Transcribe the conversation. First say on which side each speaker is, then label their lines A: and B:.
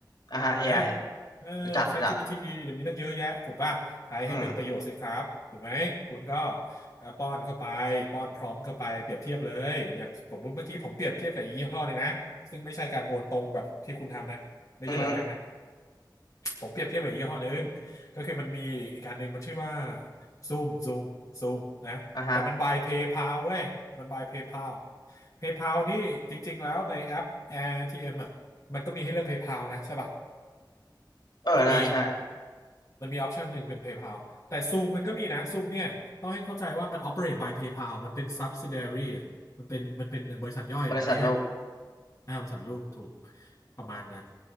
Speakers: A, on the left; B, on the left.
A: อ่ะฮะ AI
B: ฮะเออ
A: รู้จักรู้จัก
B: ChatGPT เดี๋ยวมีตั้งเยอะแยะถูกป่ะใช้ให้เป็นประโยชน์สิครับถูกไหมคุณก็
A: อืม
B: เอ่อป้อนเข้าไปป้อนพร้อมเข้าไปเปรียบเทียบเลยอย่างสมมติเมื่อกี้ผมเปรียบเทียบกับอีกยี่ห้อหนึ่งนะซึ่งไม่ใช่การโอนตรงแบบที่คุณทำนะไม่ใช่
A: อือฮึ
B: direct นะ ผมเปรียบเทียบกับยี่ห้อหนึ่งก็คือมันมีอีกการหนึ่งมันชื่อว่าซูมซูมซูมนะแต่มันบายเพย์พาวเว้ยมันบายเพย์พาว
A: อ่ะฮะ
B: เพย์พาวนี่จริงๆแล้วในแอป AirTM อทีเอ็มอ่ะมันก็มีให้เลือกเพย์พาวนะใช่ป่ะ
A: เออ
B: มันมี
A: น่าใช่
B: มันมีออปชันหนึ่งเป็น PayPal แต่ Zoom มันก็มีนะ Zoom เนี่ยต้องให้เข้าใจว่ามัน operate by PayPal มันเป็น subsidiary อะมันเป็นมันเป็นบริษัทย่อยหรืออะไรเนี่ย
A: บริษัทโลก
B: อ่าบริษัทลูกถูกประมาณนั้น